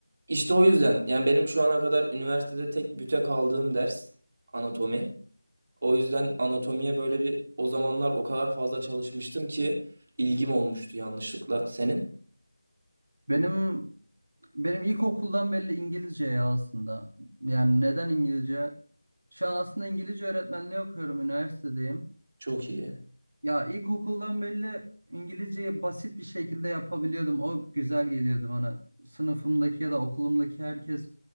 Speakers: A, on the right; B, on the right.
A: İşte o yüzden yani benim şu ana kadar üniversitede tek büte kaldığım ders anatomi. O yüzden anatomiye böyle bir o zamanlar o kadar fazla çalışmıştım ki ilgim olmuştu yanlışlıkla. Senin?
B: Benim benim ilkokuldan belli İngilizce ya aslında. Yani neden İngilizce? Şu an aslında İngilizce öğretmenliği okuyorum, üniversitedeyim.
A: Çok iyi.
B: Ya ilkokuldan belli İngilizceyi basit bir şekilde yapabiliyordum. O güzel geliyordu bana. Sınıfımdaki ya da okulumdaki herkes